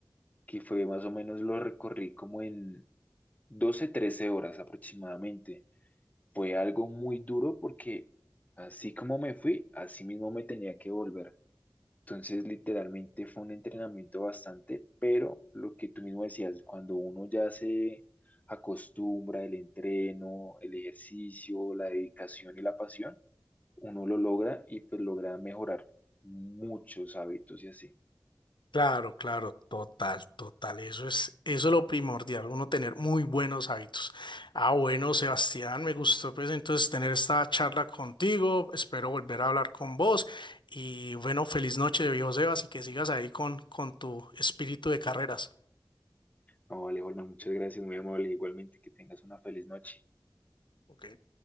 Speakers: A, on the left (about 20°); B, on the left (about 85°).
A: que fue más o menos lo recorrí como en 12, 13 horas aproximadamente fue algo muy duro porque así como me fui, así mismo me tenía que volver. Entonces, literalmente fue un entrenamiento bastante, pero lo que tú mismo decías, cuando uno ya se acostumbra el entreno, el ejercicio, la dedicación y la pasión, uno lo logra y pues logra mejorar muchos hábitos y así.
B: Claro, claro, total, total. Eso es, eso es lo primordial, uno tener muy buenos hábitos. Ah, bueno, Sebastián, me gustó pues entonces tener esta charla contigo. Espero volver a hablar con vos. Y bueno, feliz noche, viejo Sebas, y que sigas ahí con, con tu espíritu de carreras.
A: No, vale, Holman, muchas gracias, muy amable. Igualmente, que tengas una feliz noche.
B: Ok.